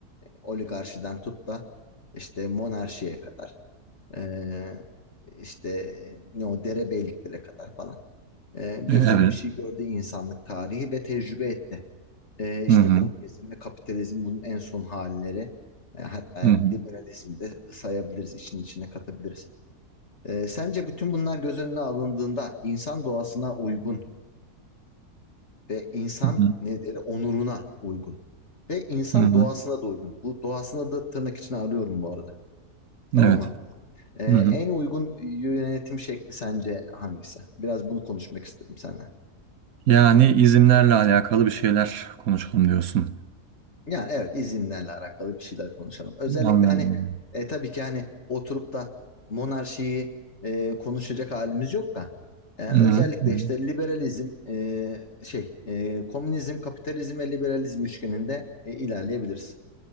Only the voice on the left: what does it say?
oligarşiden tut da işte monarşiye kadar ee, işte ne o derebeyliklere kadar falan. Ee,
bir
sürü bir şey gördü insanlık tarihi ve tecrübe etti. E, işte
komünizm ve kapitalizm bunun en son halleri. E, hatta liberalizm
de sayabiliriz, işin içine katabiliriz. E, sence bütün bunlar göz önüne alındığında insan doğasına uygun ve insan
ne deri onuruna uygun ve insan
doğasına da uygun. Bu doğasına da tırnak içine alıyorum bu arada. Tamam
mı? E, en
uygun yönetim şekli sence hangisi? Biraz bunu konuşmak istedim seninle.
Yani evet izinlerle alakalı bir şeyler konuşalım. Özellikle
hani e, tabii ki hani oturup da monarşiyi e, konuşacak halimiz yok da e, özellikle
işte liberalizm e, şey e, komünizm, kapitalizm ve liberalizm üçgeninde e, ilerleyebiliriz.